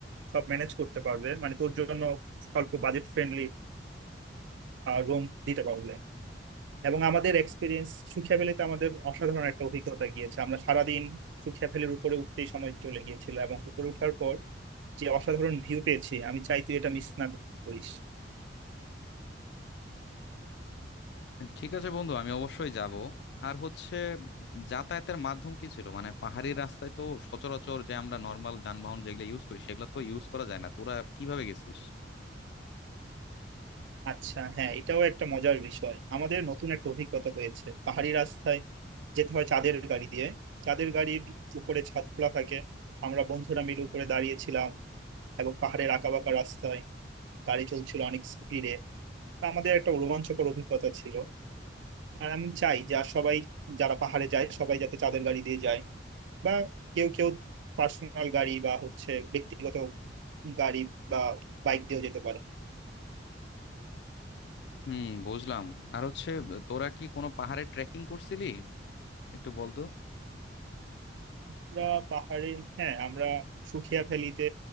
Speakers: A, on the right (about 80°); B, on the left (about 65°).
A: সব ম্যানেজ করতে পারবে মানে তোর জন্য অল্প বাজেট ফ্রেন্ডলি রুম দিতে পারবে এবং আমাদের এক্সপিরিয়েন্স সুখিয়া ভ্যালিতে আমাদের অসাধারণ একটা অভিজ্ঞতা গিয়েছে আমরা সারাদিন সুখিয়া ভ্যালির উপরে উঠতেই সময় চলে গিয়েছিল এবং উপরে ওঠার পর যে অসাধারণ ভিউ পেয়েছি আমি চাই তুই এটা মিস না করিস
B: ঠিক আছে বন্ধু আমি অবশ্যই যাব আর হচ্ছে যাতায়াতের মাধ্যম কি ছিল মানে পাহাড়ি রাস্তায় তো সচরাচর যে আমরা নর্মাল যানবাহন যেগুলো ইউজ করি সেগুলো তো ইউজ করা যায় না তোরা কিভাবে গেছিস
A: আচ্ছা হ্যাঁ এটাও একটা মজার বিষয় আমাদের নতুন একটা অভিজ্ঞতা হয়েছে পাহাড়ি রাস্তায় যেতে হয় চাঁদের গাড়ি দিয়ে চাঁদের গাড়ির উপরে ছাদ খোলা থাকে আমরা বন্ধুরা মিলে উপরে দাঁড়িয়েছিলাম এবং পাহাড়ের আঁকাবাঁকা রাস্তায় গাড়ি চলছিল অনেক স্পিডে তা আমাদের একটা রোমাঞ্চকর অভিজ্ঞতা ছিল আর আমি চাই যে আর সবাই যারা পাহাড়ে যায় সবাই যাতে চাঁদের গাড়ি দিয়ে যায় বা কেউ কেউ পার্সোনাল গাড়ি বা হচ্ছে ব্যক্তিগত গাড়ি বা বাইক দিয়েও যেতে পারে
B: হুম বুঝলাম আর হচ্ছে তোরা কি কোনো পাহাড়ে ট্রেকিং করছিলি একটু বলতো
A: আমরা পাহাড়ে হ্যাঁ আমরা সুখিয়া ভ্যালিতে